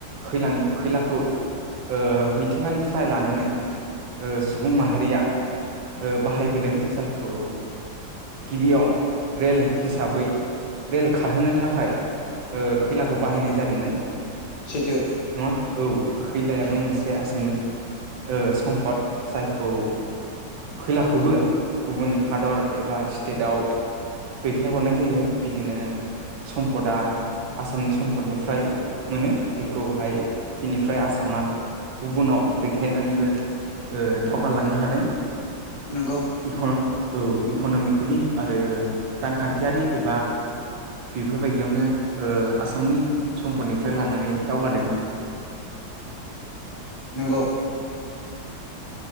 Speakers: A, on the right; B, on the left.
A: खैलानि खैलाखौ ओ मिथिंगानिफ्राय लानानै ओ सुबुं माहारिया ओ बाहायबोदों ओ जायखौ गिबियाव रेल हिसाबै रेल खारहोनो थाखाय ओ खैलाखौ बाहायनाय जादोंमोन।
B: सैथो
A: नङा औ खैलायाबो मोनसे बे आसामनि ओ सम्फद जायखौ खैलाखौबो गुबुन हादर एबा स्टेटाव दैथायहरनाय जायो बिदिनो सम्पदा आसामनि सम्पदनिफ्राय मोनो दैखौहाय बिनिफ्राय आसामा गुबुनाव दैथायनानैबो ओ दावगालांनो हादों।
B: नंगौ।
A: इकन औ इक'न'मिकेलि आरो रांखान्थियारि एबा बेफोरबायदियावनो ओ आसामनि सम्पदनिफ्राय लानानै दावगादों।
B: नंगौ।